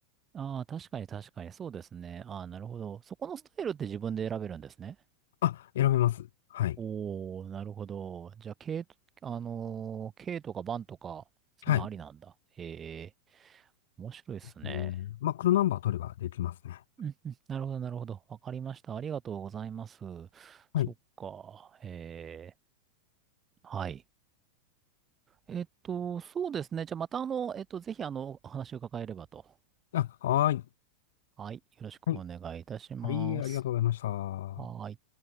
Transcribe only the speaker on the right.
あ、ああ、確かに確かに。そうですね。ああ、なるほど。そこのスタイルって自分で選べるんですね。
おー、なるほど。じゃあ、K、あのー、K とかバンとか、そういうのありなんだ。
へえ、面白いっすね。
うんうん、なるほど、なるほど。わかりました。ありがとうございます。
そっか。えー、はい。えっと、そうですね。じゃあ、またあの、えっと、ぜひあの、お話を伺えればと。
はい。よろしくお願いいたします。
はーい。